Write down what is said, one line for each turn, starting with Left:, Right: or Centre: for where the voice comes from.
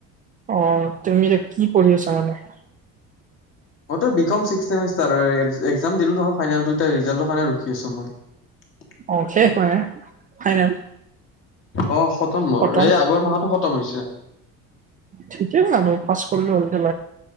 Right: অ তুমি যে কি পঢ়ি আছা মানে <inaudible>
Left: মইতো বি কম ছিক্সমষ্টাৰ এক্সাম দিলো নহয়। ফাইনেল ৰিজাৰ্ভ কাৰণে ৰখি আছো মই। <unintelligible>
Right: অ শেষ মানে ফাইনেল।
Left: অ মোৰ
Right: খতম
Left: এই আগৰ মাহতে খতম হৈছে।
Right: থিঠিকেই মানে পাচ কৰলে হল।